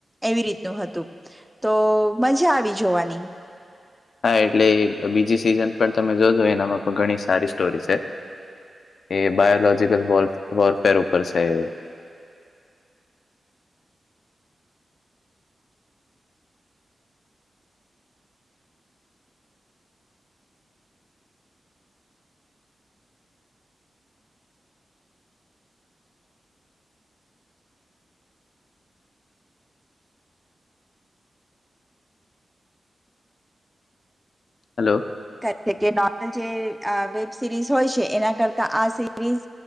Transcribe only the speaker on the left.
હા એટલે બીજી સિઝન પણ તમે જોજો એનામાં પણ ઘણી સારી સ્ટોરી છે. એ બાયોલોજીકલ વોરપેર ઉપર છે એ. હેલો